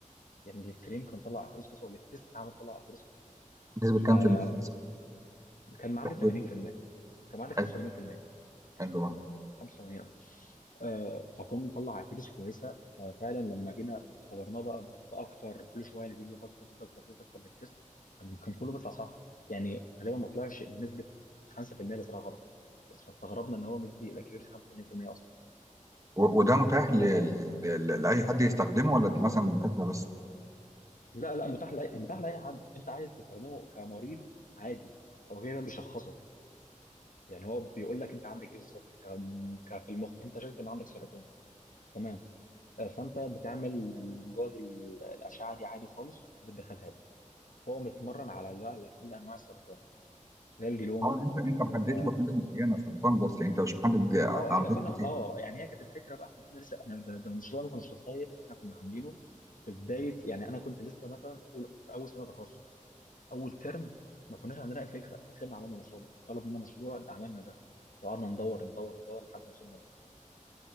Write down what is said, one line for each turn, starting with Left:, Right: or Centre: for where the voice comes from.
Left: يعني للترين كان طلع اكيوريسي كويسه وللتست عمل طلع اكيوريسي كويسه
Right: نسبه
Left: فكان
Right: كام في المية مثلاً؟
Left: معدل
Right: في حدود
Left: 80% كان معدل 85%
Right: حلو حلو برضه
Left: 85 اه آه، فكنا نطلع اكيوريسي كويسه ففعلا لما جينا اختبرناه بقى باكتر كل شويه نديله داتا اكتر داتا اكتر داتا اكتر للتيست كان كان كله بيطلع صح يعني غالبا ما طلعش بنسبه 5% اللي طلع غلط بس فاستغربنا ان هو مدي الاكيوريسي 85% اصلا
Right: و- وده متاح ل...
Left: ف-
Right: ل... ل... لاي حد يستخدمه ولا مثلا للدكاتره بس
Left: لا لا متاح لأي متاح لأي حد أنت عايز تستخدمه كمريض عادي هو كده بيشخصك يعني هو بيقول لك أنت عندك إيه بالظبط ك... ك في المخ أنت شايف إن عندك سرطان تمام آه، فانت بتعمل مجرد ال- الاشعه دي عادي خالص وبتدخلها له هو متمرن على بقى على كل انواع السرطان زي الجلوما
Right: اه انت انت محدد
Left: و...
Right: له حاجه معينه سرطان بس يعني انت مش محدد
Left: اه
Right: عمليات
Left: احنا كنا
Right: كتير
Left: اه يعني هي كانت الفكره بقى احنا كنا لسه احنا ده, ده مشروع انت مش متخيل احنا كنا عاملينه في بدايه يعني انا كنت لسه مثلا أول- في اول سنه تخصص اول ترم ما كناش عندنا اي فكره احنا دخلنا عملنا المشروع ده طلب منا مشروع عملنا ده قعدنا ندور ندور ندور لحد ما وصلنا لده